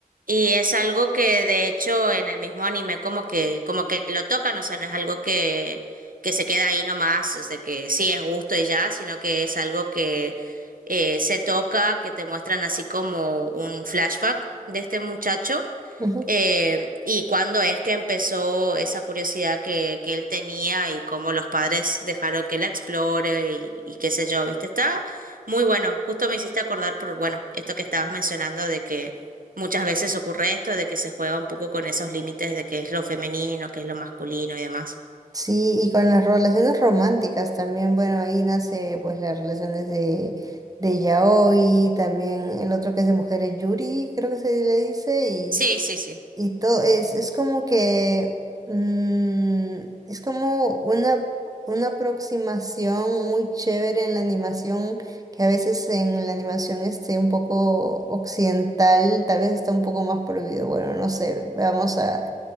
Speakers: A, on the right (about 70°); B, on the right (about 25°).
A: Y es algo que de hecho en el mismo anime como que, como que lo tocan, o sea, no es algo que, que se queda ahí nomás, es de que sí es gusto y ya, sino que es algo que eh, se toca, que te muestran así como un flashback de este muchacho
B: ujú.
A: eh, ¿y cuándo es que empezó esa curiosidad que, que él tenía y cómo los padres dejaron que la explore y, y qué sé yo, ¿viste? Está muy bueno. Justo me hiciste acordar por, bueno, esto que estabas mencionando de que muchas veces ocurre esto, de que se juega un poco con esos límites de qué es lo femenino, qué es lo masculino y demás.
B: Sí, y con las relaciones románticas también, bueno, ahí nace pues las relaciones de, de yaoi, también el otro que es de mujeres yuri, creo que se le dice, y,
A: Sí, sí, sí.
B: y todo, es, es como que, mm, es como una, una aproximación muy chévere en la animación, que a veces en la animación esté un poco occidental, tal vez está un poco más prohibido, bueno, no sé, vamos a